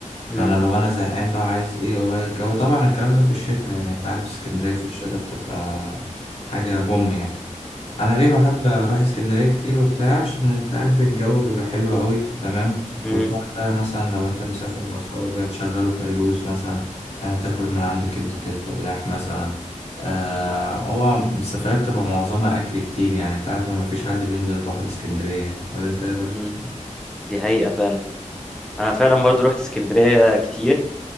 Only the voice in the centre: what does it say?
امم
امم
مم. دي حقيقة فعلا أنا فعلا برضو رحت اسكندرية كتير